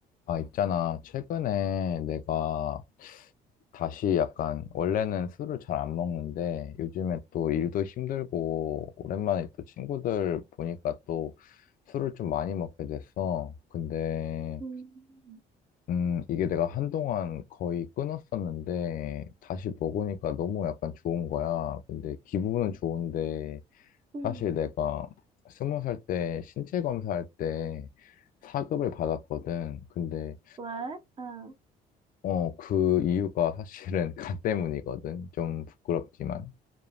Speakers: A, on the left (about 55°); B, on the right (about 30°).
A: 아, 있잖아. 최근에 내가 다시 약간, 원래는 술을 잘 안 먹는데, 요즘에 또 일도 힘들고, 오랜만에 또 친구들 보니까 또 술을 좀 많이 먹게 됐어. 근데,
B: 음,
A: 음, 이게 내가 한동안 거의 끊었었는데, 다시 먹으니까 너무 약간 좋은 거야. 근데 기분은 좋은데,
B: 음.
A: 사실 내가 스무 살 때 신체 검사할 때 사급을 받았거든. 근데
B: 왜? 응.
A: 어, 그 이유가 사실은 <laughs> 간 때문이거든. 좀 부끄럽지만.